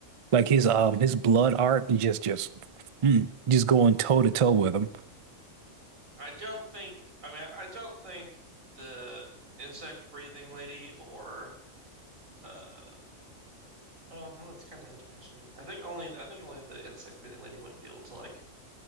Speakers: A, on the right; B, on the right.
A: Like his um his blood art and just just mm, just going toe to toe with him.
B: I don't think. I mean, I, I don't think the insect breathing lady or uh, oh, well, that's kind of it to be honest with you. I think only I think only the insect breathing lady wouldn't be able to like